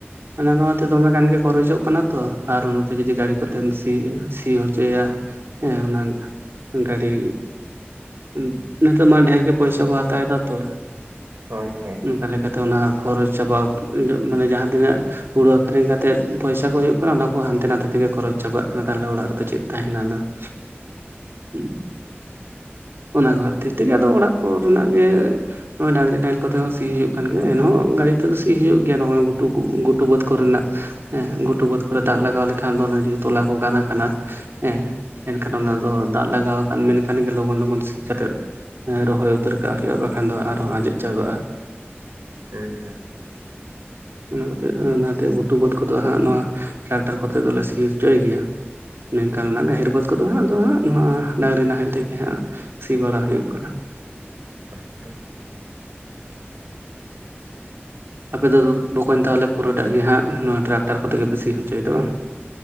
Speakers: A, on the right; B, on the right.
A: ᱦᱟᱱᱟ ᱱᱚᱶᱟ ᱛᱮ ᱫᱚᱢᱮ ᱜᱟᱱ ᱜᱮ ᱠᱷᱚᱨᱚᱪᱚᱜ ᱠᱟᱱᱟ ᱛᱚ ᱟᱨ ᱱᱚᱛᱮ ᱡᱩᱫᱤ ᱜᱟᱲᱤ ᱠᱚᱛᱮᱢ ᱥᱤ ᱥᱤ ᱦᱚᱪᱚᱭᱟ ᱾ ᱦᱮᱸ ᱚᱱᱟ ᱜᱟᱲᱤ ᱩᱸᱵ ᱱᱮᱛᱟᱨ ᱢᱟ ᱰᱷᱮᱨ ᱜᱮ ᱯᱚᱭᱥᱟ ᱠᱚ ᱦᱟᱛᱟᱣ ᱮᱫᱟ ᱛᱚ
B: ᱦᱳᱭ ᱦᱳᱭ
A: ᱩᱸᱜ ᱠᱟ ᱞᱮᱠᱟ ᱛᱮ ᱚᱱᱟ ᱠᱷᱚᱨᱚᱪ ᱪᱟᱵᱟᱣ ᱛᱮᱜ ᱤᱭᱟᱹᱜ ᱢᱟᱱᱮ ᱡᱟᱦᱟᱸ ᱛᱤᱱᱟᱹᱜ ᱦᱩᱲᱩ ᱟᱠᱷᱨᱤᱧ ᱠᱟᱛᱮᱫ ᱯᱚᱭᱥᱟ ᱠᱚ ᱦᱩᱭᱩᱜ ᱠᱟᱱᱟ ᱚᱱᱟ ᱠᱚ ᱦᱟᱱᱛᱮ ᱱᱟᱛᱮ ᱛᱮᱜᱮ ᱠᱷᱚᱨᱚᱪ ᱪᱟᱵᱟᱜ ᱠᱟᱱᱟ ᱛᱟᱦᱚᱞᱮ ᱚᱲᱟᱜ ᱨᱮᱫᱚ ᱪᱮᱫ ᱛᱟᱦᱮᱱᱟ ᱟᱫᱚ ᱾ <unintelligible> ᱚᱱᱟ ᱠᱚ ᱠᱷᱟᱹᱛᱤᱨ ᱛᱮᱜᱮ ᱟᱫᱚ ᱚᱲᱟᱜ ᱠᱚ ᱨᱮᱱᱟᱜ ᱜᱮ ᱱᱚᱜ-ᱚᱭ ᱰᱟᱝᱨᱤ ᱱᱟᱦᱮᱞ ᱠᱚᱛᱮ ᱦᱚᱸ ᱥᱤ ᱦᱩᱭᱩᱜ ᱠᱟᱱ ᱜᱮᱭᱟ ᱮᱱᱦᱚᱸ ᱜᱟᱲᱤ ᱛᱮᱫᱚ ᱥᱤ ᱦᱩᱭᱩᱜ ᱜᱮᱭᱟ ᱮᱱᱦᱚᱸ ᱜᱷᱩᱴᱩ ᱠᱩ ᱜᱷᱩᱴᱩ ᱵᱟᱹᱛᱷ ᱠᱚᱨᱮᱱᱟᱜ᱾ ᱦᱮᱸ ᱜᱷᱩᱴᱩ ᱵᱟᱹᱛᱷ ᱠᱚᱨᱮ ᱫᱟᱜ ᱞᱟᱜᱟᱣ ᱞᱮᱠᱷᱟᱱ ᱫᱚ ᱚᱱᱟ ᱡᱤ ᱛᱚᱞᱟ ᱠᱚ ᱜᱟᱱ ᱟᱠᱟᱱᱟ ᱦᱮᱸ ᱾ ᱮᱱᱠᱷᱟᱱ ᱚᱱᱟ
B: ᱦᱩᱸ
A: ᱫᱚ ᱫᱟᱜ ᱞᱟᱜᱟᱣ ᱠᱟᱱ ᱢᱮᱱᱠᱷᱟᱱ ᱞᱚᱜᱚᱱ ᱞᱚᱜᱚᱱ ᱥᱤ ᱠᱟᱛᱮᱜ ᱨᱚᱦᱚᱭ ᱩᱛᱟᱹᱨ ᱠᱟᱜ ᱦᱩᱭᱩᱜ-ᱟ ᱵᱟᱠᱷᱟᱱ ᱫᱚ ᱟᱨᱦᱚ ᱟᱸᱡᱮᱫ ᱪᱟᱵᱟᱜ-ᱟ᱾ <unintelligible>
B: ᱦᱮᱸ ᱦᱮᱸ᱾
A: <unintelligible> ᱚᱱᱟ ᱠᱟᱛᱮᱜ ᱮ ᱚᱱᱟᱛᱮ ᱜᱷᱩᱴᱩ ᱵᱟᱹᱫᱽ ᱠᱚᱫᱚ ᱦᱟᱸᱜ ᱱᱚᱣᱟ ᱴᱨᱟᱠᱴᱟᱨ ᱠᱚᱛᱮ ᱫᱚᱞᱮ ᱥᱤ ᱦᱚᱪᱚᱭ ᱜᱮᱭᱟ ᱾ ᱢᱮᱱᱠᱷᱟᱱ ᱚᱱᱟ ᱜᱟᱹᱦᱤᱨ ᱵᱟᱹᱛ ᱠᱚᱫᱚ ᱦᱟᱸᱜ ᱟᱫᱚ ᱦᱟᱸᱜ ᱱᱚᱣᱟ ᱰᱟᱝᱨᱤ ᱱᱟᱦᱮᱞ ᱛᱮᱜᱮ ᱾ ᱦᱟᱸᱜ ᱥᱤ ᱵᱟᱲᱟ ᱦᱩᱭᱩᱜ ᱠᱟᱱᱟ ᱾
B: ᱟᱪᱪᱷᱟ
A: ᱟᱯᱮ ᱫᱚ ᱫᱚᱵᱽ ᱵᱚᱠᱚᱧ ᱛᱟᱦᱚᱞᱮ ᱯᱩᱨᱟᱹ ᱴᱟᱜ ᱜᱮ ᱦᱟᱸᱜ ᱱᱚᱣᱟ ᱴᱨᱟᱠᱴᱟᱨ ᱠᱚᱛᱮ ᱜᱮᱯᱮ ᱥᱤ ᱦᱚᱪᱚᱭ ᱫᱟ ᱵᱟᱝ?